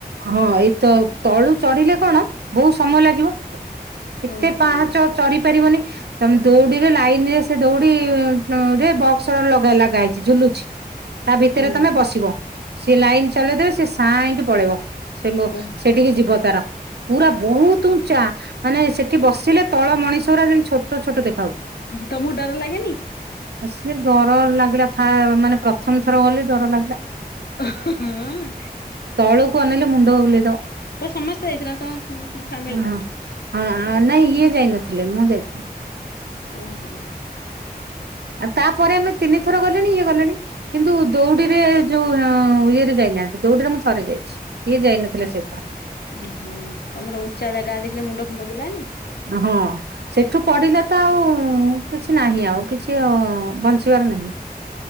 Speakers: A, on the right; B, on the left.
A: ହଁ ଏଇ ତ ତଳୁ ଚଢିଲେ କଣ ବହୁତ ସମୟ ଲାଗିବ ଏତେ
B: ଓହୋ
A: ପାହାଚ ଚଢି ପାରିବନି ତମେ ଦୌଡିରେ ଲାଇନ ରେ ସେ ଦୌଡି ରେ ବକ୍ସ ଲଗେଇ ଲାଇଛି ଝୁଲୁଚ ତା ଭିତରେ
B: ହୁଁ
A: ତମେ ବସିବ ସିଏ ଲାଇନ ଚଲେଇଦବେ ସି ସାଇଁକି ପଳେଇବ ସେ
B: ଓହୋ
A: ସେଠିକେ ଯିବ ତାର ପୁରା ବହୁତ ଉଞ୍ଚା ମାନେ ସେ ସେଠି ବସିଲେ ତଳ ମଣିଷ ରା ଯେମିତି ଛୋ ଛୋଟ ଛୋଟ ଦ
B: ତମକୁ ଡର ଲାଗେନି
A: ସେ ଡର ଲାଗିଲା ମାନେ ପ୍ରଥମ ଥର ଗଲି ଡର ଲାଗିଲା।
B: ହଁ
A: ତଳକୁ ଅନେଇଲେ
B: ପୁରା
A: ମୁଣ୍ଡ ବୁଲେଇଦବ
B: ସମସ୍ତେ ହେଇଥିଲା ତମ ଫ୍ୟାମିଲିଟା
A: ହଁ
B: ପୁରା
A: ହଁ ନାଇଁ ଇଏ ଯାଇ ନଥିଲେ ମୁଁ ଯାଇଥିଲି।
B: ଅଁ, ହଁ।
A: ଆଉ ତାପରେ ଆମେ ତିନି ଥର ଗଲିଣି ଇଏ ଗଲେଣି, କିନ୍ତୁ ଦଉଡିରେ ଯୋଉ ଅଁ, ଇଏରେ ଯାଇନାହାନ୍ତି ଦଉଡିରେ ମୁଁ ଥରେ ଯାଇଛି ଇଏ ଯାଇନଥିଲେ ସେଇଥର।
B: ଓ ହଁ ତୋମର ଉଞ୍ଚା ଜାଗା ଦେଖିଲେ ମୁଣ୍ଡ ଫୁଣ୍ଡ ବୁଲାନି?
A: ହଁ ସେଠୁ ପଡିଲେ ତ ଆଉ କିଛି ନାହିଁ ଆଉ। କିଛି ଅ, ବଞ୍ଚି ତୋର ନାହିଁ